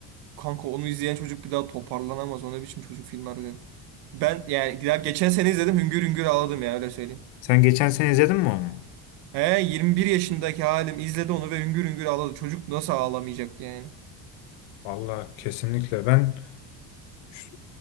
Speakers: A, on the right; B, on the left.
A: Kanka onu izleyen çocuk bir daha toparlanamaz. O ne biçim çocuk filmi harbiden. Ben yani daha geçen sene izledim. Hüngür hüngür ağladım ya öyle söyleyeyim.
B: Sen geçen sene izledin mi onu?
A: He 21 yaşındaki halim izledi onu ve hüngür hüngür ağladı. Çocuk nasıl ağlamayacak yani?
B: Vallahi kesinlikle. Ben şu-